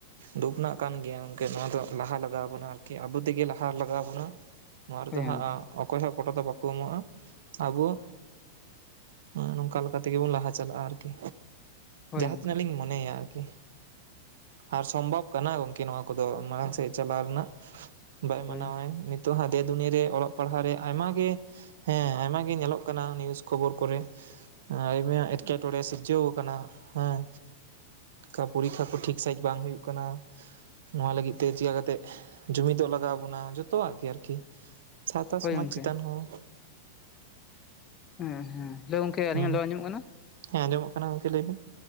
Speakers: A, on the right; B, on the left.
A: ᱫᱩᱠ ᱨᱮᱱᱟᱜ ᱠᱟᱱ ᱜᱮᱭᱟ ᱜᱚᱝᱠᱮ ᱱᱚᱣᱟ ᱫᱚ ᱞᱟᱦᱟ ᱞᱟᱜᱟᱣᱟᱵᱚᱱᱟ ᱟᱨᱠᱤ ᱟᱵᱚ ᱛᱮᱜᱮ ᱞᱟᱦᱟ ᱞᱟᱜᱟᱣᱟᱵᱚᱱᱟ᱾ ᱱᱚᱣᱟ ᱨᱮᱫᱚ
B: ᱦᱳᱭ ᱜᱚᱝᱠᱮ
A: ᱦᱟᱸᱜ ᱚᱠᱚᱭ ᱦᱚᱸ ᱜᱚᱰᱚ ᱫᱚ ᱵᱟᱠᱚ ᱮᱢᱚᱜᱼᱟ, ᱟᱵᱚ ᱦᱩᱸ ᱱᱚᱝᱠᱟ ᱞᱮᱠᱟ ᱛᱮᱜᱮ ᱵᱚᱱ ᱞᱟᱦᱟ ᱪᱟᱞᱟᱜᱼᱟ ᱟᱨᱠᱤ᱾
B: ᱦᱳᱭ
A: ᱡᱟᱦᱟᱸ
B: ᱜᱚᱝᱠᱮ
A: ᱛᱤᱱᱟᱹᱜ ᱞᱤᱧ ᱢᱚᱱᱮᱭᱟ ᱟᱨᱠᱤ ᱟᱨ ᱥᱚᱢᱵᱷᱟᱵ ᱠᱟᱱᱟ ᱜᱚᱝᱠᱮ ᱱᱚᱣᱟ ᱠᱚᱫᱚ ᱢᱟᱲᱟᱝ ᱥᱮᱫ ᱪᱟᱞᱟᱣ ᱨᱮᱱᱟᱜ᱾ ᱵᱟᱭ
B: ᱦᱳᱭ
A: ᱢᱟᱱᱟᱶᱟᱭ ᱱᱤᱛᱚᱜ ᱦᱟᱸᱜ ᱫᱮ ᱫᱩᱱᱤᱭᱟᱹ ᱨᱮ ᱚᱞᱚᱜ ᱯᱟᱲᱦᱟᱜ ᱨᱮ ᱟᱭᱢᱟ ᱜᱮ ᱦᱮᱸ ᱟᱭᱢᱟ ᱜᱮ ᱧᱮᱞᱚᱜ ᱠᱟᱱᱟ ᱱᱤᱭᱩᱥ ᱠᱷᱚᱵᱚᱨ ᱠᱚᱨᱮ, ᱮᱸ ᱟᱹᱭ ᱢᱮᱭᱟ ᱮᱴᱠᱮ ᱴᱚᱬᱮ ᱥᱤᱨᱡᱟᱹᱣ ᱠᱟᱱᱟ, ᱦᱮᱸ ᱠᱷᱟ ᱯᱚᱨᱤᱠᱷᱟ ᱠᱚ ᱴᱷᱤᱠ ᱥᱟᱺᱦᱤᱡ ᱵᱟᱝ ᱦᱩᱭᱩᱜ ᱠᱟᱱᱟ, ᱱᱚᱣᱟ ᱞᱟᱹᱜᱤᱫ ᱛᱮ ᱪᱮᱠᱟ ᱠᱟᱛᱮᱜ ᱡᱩᱢᱤᱫᱚᱜ ᱞᱟᱜᱟᱣᱟᱵᱚᱱᱟ ᱡᱚᱛᱚᱣᱟᱜ ᱠᱤ ᱟᱨᱠᱤ᱾ ᱥᱟᱶᱛᱟ ᱥᱚᱢᱟᱪ
B: ᱦᱳᱭ ᱜᱚᱝᱠᱮ
A: ᱪᱮᱛᱟᱱ ᱦᱚᱸ,
B: ᱦᱮᱸ ᱦᱮᱸ ᱦᱮᱞᱳ ᱜᱚᱝᱠᱮ ᱟᱹᱞᱤᱧᱟᱜ
A: ᱦᱩᱸ
B: ᱞᱚ ᱟᱸᱡᱽᱚᱼᱢᱚᱜ ᱠᱟᱱᱟ?
A: ᱦᱮᱸ ᱟᱸᱡᱽᱚᱼᱢᱚᱜ ᱠᱟᱱᱟ ᱜᱚᱝᱠᱮ, ᱞᱟᱹᱭ ᱵᱤᱱ?